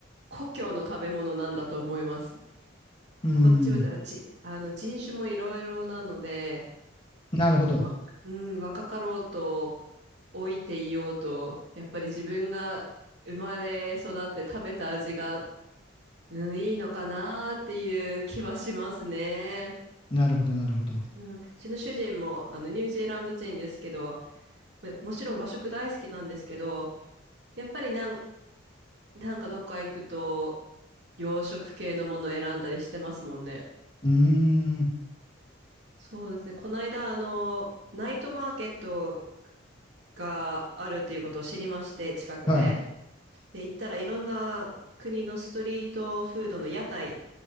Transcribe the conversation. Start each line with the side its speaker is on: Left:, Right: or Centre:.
Right: 故郷の食べ物なんだと思います。
Left: うん、
Right: こっちは、あじ、あの、人種もいろいろなので、
Left: なるほど、
Right: わ、うん、若かろうと、老いていようと、やっぱり自分が生まれ育って食べた味が、うん、いいのかなっていう気はしますね。
Left: なるほど、なるほど。
Right: うん、うちの主人も、あの、ニュージーランド人ですけど、めもちろん和食大好きなんですけど、やっぱりなん、なんかどっか行くと洋食系のものを選んだりしてますもんね。
Left: うーん、
Right: そうですね。この間、あの、ナイトマーケットがあるっていうことを知りまして、近くで。
Left: はい、
Right: で、行ったらいろんな国のストリートフードの屋台